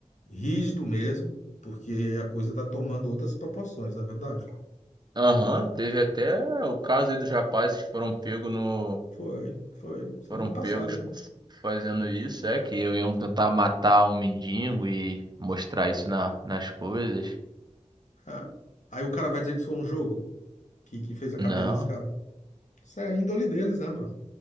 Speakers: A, on the left; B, on the right.
A: rígido mesmo, porque a coisa está tomando outras proporções, na verdade.
B: Aham, teve até o caso aí dos rapazes que foram pegos no
A: Foi, foi, semana
B: foram pegos
A: passada, né?
B: fazendo isso, é que eu iam tentar matar um mendigo e mostrar isso na, nas coisas.
A: É, é. Aí o cara vai dizer que isso foi um jogo que, que fez a cabeça
B: Não.
A: desse cara. Isso é a índole deles, né, mano?